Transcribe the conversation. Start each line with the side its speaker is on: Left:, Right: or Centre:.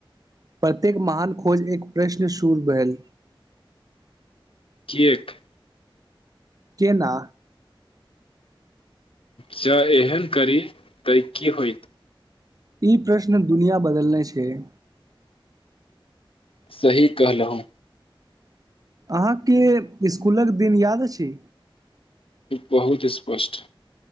Right: प्रत्येक महान खोज एक प्रश्न सूर भेल
Left: कियाक
Right: केना
Left: जँ एहन करी तऽ की होत
Right: ई प्रश्न दुनिया बदलने छैय
Left: सही कहलूहु
Right: अहाँके इसकुलक दिन याद अछि
Left: बहुती स्पष्ट